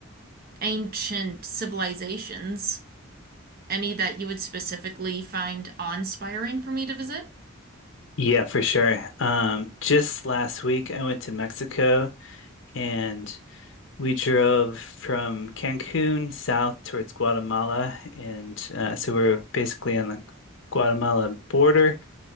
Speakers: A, on the right; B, on the left.
A: ancient civilizations. Any that you would specifically find awe-inspiring for me to visit?
B: Yeah, for sure. Um, just last week I went to Mexico and we drove from Cancun south towards Guatemala, and uh, so we're basically on the Guatemala border